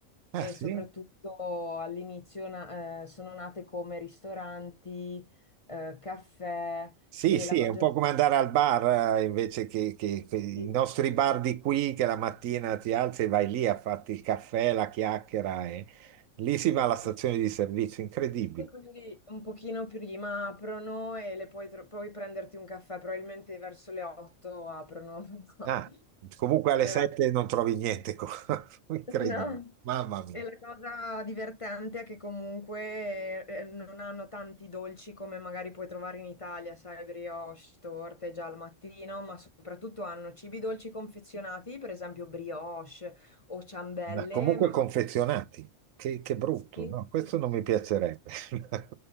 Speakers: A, on the left; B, on the right.
A: E
B: Ah, sì?
A: soprattutto all'inizio na- eh, sono nate come ristoranti, eh, caffè,
B: Sì,
A: e
B: sì,
A: la maggior
B: è un po' come andare al bar eh, invece che, che- che i
A: sì,
B: nostri bar di qui, che la mattina ti alzi e vai lì a farti il caffè, la chiacchiera. e- Lì si
A: sì.
B: va alla stazione di servizio, incredibile.
A: E quindi un pochino prima aprono e le puoi, tro- puoi prenderti un caffè, probabilmente verso le 8 aprono. <laughs>
B: Ah, comunque alle
A: Però,
B: 7 non trovi niente, co- <laughs> incredibile,
A: no.
B: mamma mia.
A: E la cosa divertente è che comunque eh, non hanno tanti dolci come magari puoi trovare in Italia, sai, brioche, torte già al mattino, ma soprattutto hanno cibi dolci confezionati, per esempio brioche o ciambelle,
B: Ma comunque
A: ma...
B: confezionati, che, che brutto,
A: Sì,
B: no? Questo
A: sì, sì.
B: non
A: sì.
B: mi piacerebbe. <laughs>